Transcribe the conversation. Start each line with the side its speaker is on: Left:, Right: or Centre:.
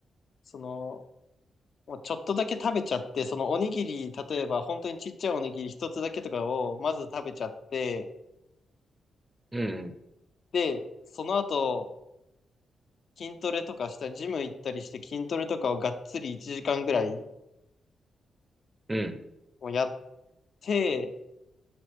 Left: その、もうちょっとだけ食べちゃって、そのおにぎり、例えば本当にちっちゃいおにぎり一つだけとかをまず食べちゃって、
Right: うん、
Left: で、その後、筋トレとかしたり、ジム行ったりして筋トレとかをがっつり1時間ぐらい
Right: うん。
Left: もやって、